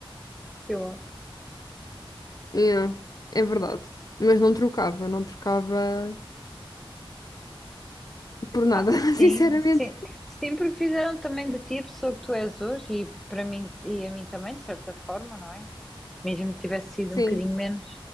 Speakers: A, in the centre; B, on the left.
A: eu
B: Yeah, é verdade. Mas não trocava, não trocava por nada,
A: Ah,
B: <laughs>
A: sim,
B: sinceramente.
A: sim. Sempre fizeram também de ti a pessoa que tu és hoje e para mim e a mim também, de certa forma, não é? Mesmo que tivesse sido
B: Sim,
A: um bocadinho menos,